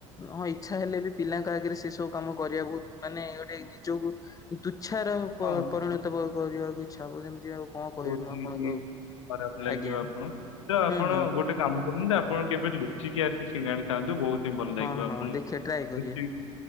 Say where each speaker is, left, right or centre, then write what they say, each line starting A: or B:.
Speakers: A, on the left; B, on the left.
A: ହଁ ଇଚ୍ଛା ହେଲେ ବି ପିଲାଙ୍କ ଆଗରେ ସେ ସବୁ କାମ କରିବାକୁ ମାନେ ଗୋଟେ ନିଜକୁ ତୁଚ୍ଛାର ପ
B: ହଁ
A: ପରିଣତ କରିବାକୁ ଇଚ୍ଛା ହବ ଯେମିତି ଆଉ କଣ କହିବି
B: ବହୁତ
A: ମୁଁ
B: ହିଁ
A: ଆପଣଙ୍କୁ
B: ଟିକେ
A: ଆଉ
B: ଖରାପ ଲାଗିବ
A: ଆଜ୍ଞା
B: ଆପଣଙ୍କୁ ତ ଆପଣ
A: ହୁଁ ହୁଁ
B: ଗୋଟେ କାମ କରୁନି ତ ଆପଣ କେବେ ଲୁଚିକି ଆସିି ସିଙ୍ଗାଣି ଖାଆନ୍ତୁ ବହୁତ ହିଁ ଭଲ ଲାଗିବ
A: ହଁ ହଁ
B: ଆପଣଙ୍କୁ।
A: ଦେଖିବା ଟ୍ରାଏ କରିବା
B: ଲୁଚିକି